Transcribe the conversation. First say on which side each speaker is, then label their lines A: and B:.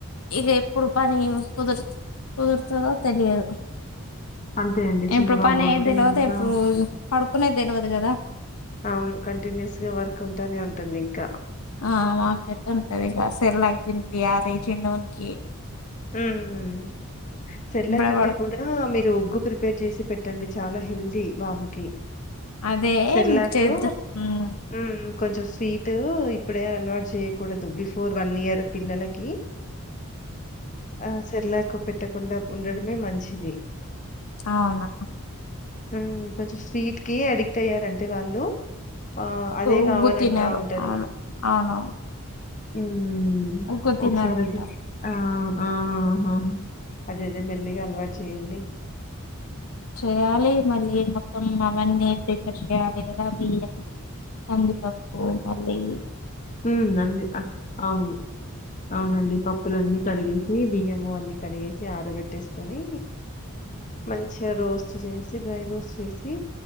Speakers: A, on the left (about 75°); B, on the left (about 35°).
A: ఇక ఎప్పుడు పని కుదురు కుదురుతదో తెలియదు
B: అంతే అండి
A: ఏ
B: చిన్న
A: ప్పుడు
B: బాబు
A: పని అయ్యేది
B: అంటే
A: తెలవదు
B: ఇంకా
A: ఎప్పుడు పడుకునేది తెలవదు కదా
B: అవును కంటిన్యూస్ గా వర్క్ ఉంటానే ఉంటుంది ఇంకా
A: ఆ మా పెద్ద ఉంటది ఇక సెరిలాక్ దినిపియాలి చిన్నవునికి
B: ఊమ్ సర్లేక్
A: ఇప్పుడే
B: కంటే
A: పడుకో
B: కూడా మీరు గ్గు ప్రిపేర్ చేసి పెట్టండి చాలా హెల్దీ బాబుకి
A: అదే
B: సెర్లాకు
A: చేద్దాం
B: ఉమ్ కొంచెం స్వీట్ ఇప్పుడే అలవాటు చేయకూడదు బిఫోర్ వన్ ఇయర్ పిల్లలకి ఆ సిర్లాకు పెట్టకుండా ఉండడమే మంచిది
A: అవునా
B: ఉమ్ కొంచెం స్వీట్ కి ఎడిక్ట్ అయ్యారంటే వాళ్ళు ఆ అదే
A: ఉగ్గు
B: గావాలంటా
A: తినరు
B: ఉంటారు
A: అవును అవునవును
B: ఉమ్
A: ఉగ్గు తినరంటారు
B: ఒకసారి అది ఆఆ ఆహా అదేదే మెల్లిగా అలవాటు చెయ్యండి
A: చేయాలి మళ్ళీ మొత్తం అవన్నీ ప్రిపేర్ చేయాలి గదా బియ్యం కంది పప్పు మళ్లీ
B: ఉమ్ అండి అవును అవునండి పప్పులన్నీ కడిగే బియ్యము అన్ని కడిగేసి ఆరబెట్టేసుకొని మంచిగా రోస్ జేసి డ్రై రోస్ చేసి